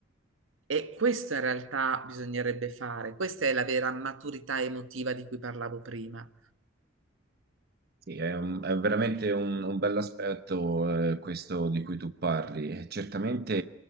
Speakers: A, on the right; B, on the right.
A: E questo in realtà bisognerebbe fare, questa è la vera maturità emotiva di cui parlavo prima.
B: Sì, è, un- è veramente un, un bell'aspetto eh, questo di cui tu parli. E Certamente